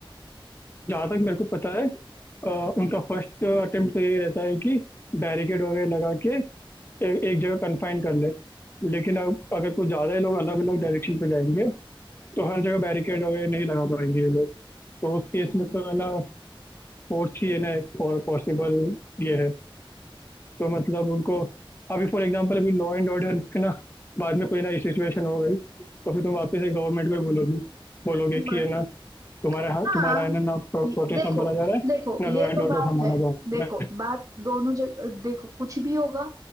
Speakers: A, on the left (about 25°); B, on the right (about 35°).
A: जहाँ तक मेरे को पता है अ, उनका फर्स्ट अटेम्प्ट तो यही रहता है कि बैरिकेड वगैरह लगा के ए, एक जगह कन्फाइन कर ले लेकिन
B: हम्म
A: अब अगर कुछ ज़्यादा ही लोग अलग अलग डायरेक्शन पे जाएंगे तो हर जगह बैरिकेड वगैरह नहीं लगा पाएंगे ये लोग तो उस केस
B: हम्म
A: में तो है ना फोर्स ही है ना पॉसिबल ये है तो मतलब उनको अभी फॉर एग्जांपल अभी लॉ एंड ऑर्डर के ना बाद में कोई ना सिचुएशन हो गई तो फिर तुम वापस से गवर्नमेंट को ही बोलोगी बोलोगे
B: बात
A: कि है
B: तो
A: ना तुम्हारा
B: हाँ
A: तुम्हारा है ना ना प्रोटेस्ट
B: ये- देखो
A: संभाला जा रहा है
B: देखो
A: ना
B: ये
A: लॉ एंड
B: तो
A: ऑर्डर
B: बात
A: संभाला
B: है
A: जा रहा
B: देखो
A: है
B: बात दोनों जगह देखो कुछ भी होगा